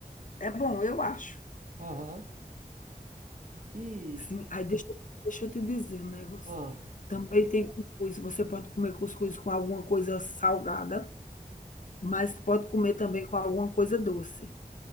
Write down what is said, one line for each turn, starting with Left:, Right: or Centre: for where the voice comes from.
Left: É bom, eu acho.
Right: Aham. E.
Left: Sim, aí deixa, eu- deixa eu te dizer um negócio.
Right: Ah.
Left: Também tem cuscuz. Você pode comer cuscuz com alguma coisa salgada, mas pode comer também com alguma coisa doce.